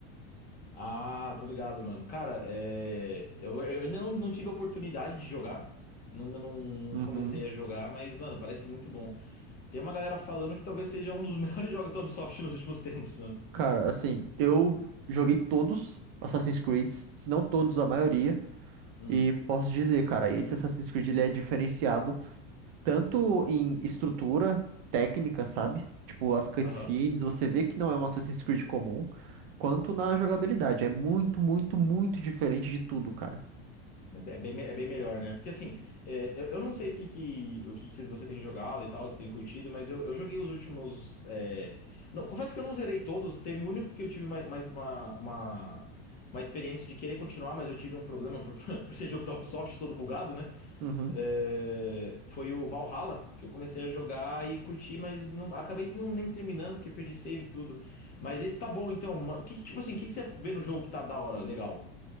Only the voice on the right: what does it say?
Uhum.
Cara, assim, eu joguei todos Assassin's Creeds, se não todos, a maioria.
E posso dizer, cara, esse Assassin's Creed ele é diferenciado tanto em estrutura, técnica, sabe? Tipo, as cutscenes,
você vê que não é um Assassin's Creed comum, quanto na jogabilidade. É muito, muito, muito diferente de tudo, cara.
Uhum.